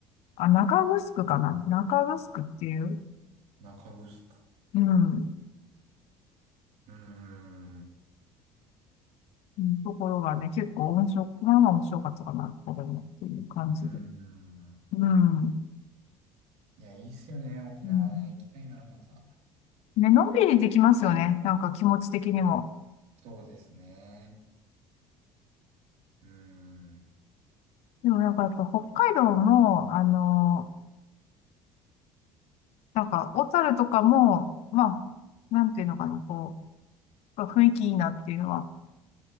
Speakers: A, on the left; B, on the right.
A: あ、中グスクかな。中グスクっていう、
B: 中グスク。
A: うん。
B: うーん。
A: うん、ところがね、結構温床、まあまあ温床かったかな、これもっていう感じで。
B: うーん。
A: うん。う
B: いや、いいっすよね、沖縄ね。
A: ん
B: 行きたいな、また。
A: ね、のんびりできますよね。なんか気持ち的にも。
B: そうですね。うーん。
A: でもなんかやっぱ北海道の、あのーなんか小樽とかも、まあ、なんていうのかな、こう、やっぱ雰囲気いいなっていうのは、